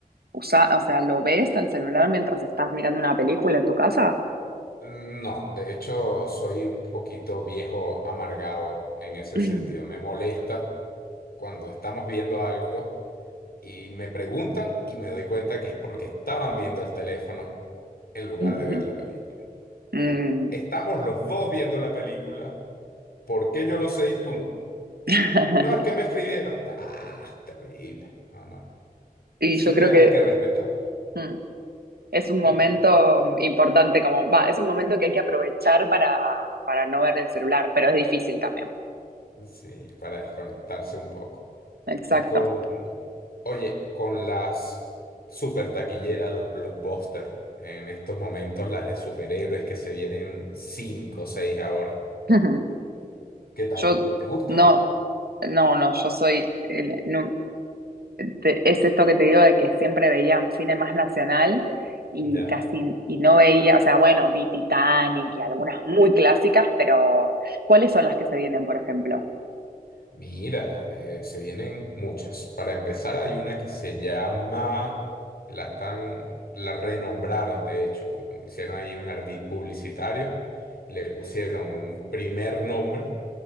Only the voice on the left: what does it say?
No, de hecho soy un poquito viejo amargado en ese
sentido. Me molesta cuando estamos viendo algo y me preguntan y me doy cuenta que es porque estaban viendo el teléfono en lugar
de ver la película. Digo,
estamos los dos viendo la película, ¿por qué yo lo sé y tú no?
No, es que me escribieron. Ah, terrible. No, no.
El cine
hay que respetarlo.
<laughs>
Sí, para desconectarse un poco.
Y con, oye, con las super taquilleras, los blockbusters, en estos momentos las de superhéroes que se vienen cinco o seis ahora.
¿Qué tal?
¿Te gustan?
¿Ya?
Mira, eh, se vienen muchas. Para empezar, hay una que se llama, la están, la renombraron, de hecho, hicieron ahí un ardid publicitario, le pusieron un primer nombre